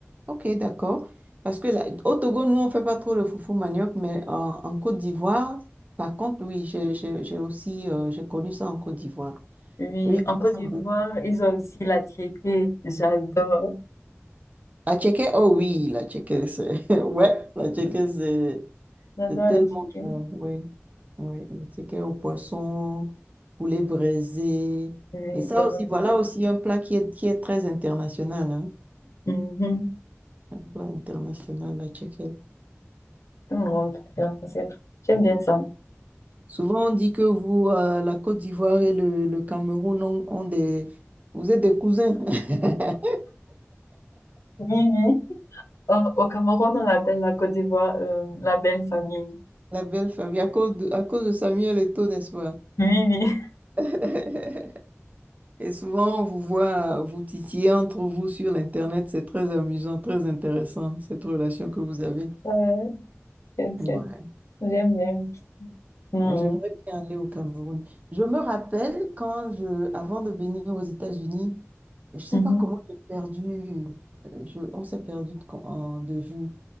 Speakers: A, on the right; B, on the left.
A: ok, d'accord. Parce que là, au Togo, nous, on ne fait pas trop le foufou manioc, mais en, en Côte d'Ivoire, par contre, oui, j'ai j'ai- j'ai aussi euh, j'ai connu ça en Côte d'Ivoire.
B: Oui,
A: Eux, ils
B: en
A: font
B: Côte
A: ça
B: d'Ivoire,
A: beaucoup.
B: ils ont aussi la tiéké. J'adore.
A: La tchéké, oh oui, la tchéké, c'est... <laughs> Ouais, la tchéké, c'est
B: J'adore
A: c'est tellement
B: la tiéké.
A: bon, oui. Oui, la tchéké au poisson, poulet braisé.
B: Oui.
A: Et ça
B: euh,
A: aussi, voilà aussi un plat qui est, qui est très international, hein.
B: mhm.
A: Un plat international, la tchéké.
B: Tout le monde peut faire ça. c'est- J'aime bien ça.
A: Souvent, on dit que vous, euh, la Côte d'Ivoire et le, le Cameroun ont, ont des... Vous êtes des cousins, <laughs>
B: Oui, oui. Euh, au Cameroun, on appelle la Côte d'Ivoire euh, la belle famille.
A: la belle famille, à cause de, à cause de Samuel Eto'o, n'est-ce pas?
B: Oui, oui.
A: <laughs> Et souvent, on vous voit euh, vous titiller entre vous sur l'Internet. C'est très amusant, très intéressant, cette relation que vous avez.
B: Ouais, c'est-
A: Ouais.
B: c'est- j'aime bien. Mhm.
A: Moi, j'aimerais bien aller au Cameroun. Je me rappelle quand je, avant de venir aux États-Unis, je ne sais
B: Mhm.
A: pas comment j'ai perdu, euh, je, on s'est perdu de con- en- de vue.